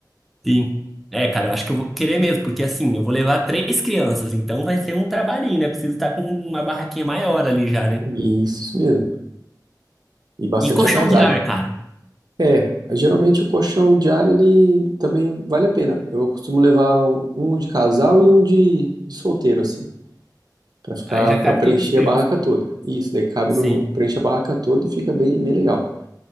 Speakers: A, in the centre; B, on the right.
A: Sim. É, cara, eu acho que eu vou querer mesmo, porque assim, eu vou levar três crianças, então vai ser um trabalhinho, né? Preciso estar com uma barraquinha maior ali já, né?
B: Isso, isso mesmo. E bastante
A: E colchão
B: agasalho.
A: de ar, cara.
B: É, geralmente o colchão diário, ele também vale a pena. Eu costumo levar um um de casal e um de, de solteiro, assim, para ficar,
A: Aí já
B: para
A: cabe
B: preencher
A: todas as crianças.
B: a barraca toda. Isso, daí cabe
A: Sim.
B: no, preenche a barraca toda e fica bem, bem legal.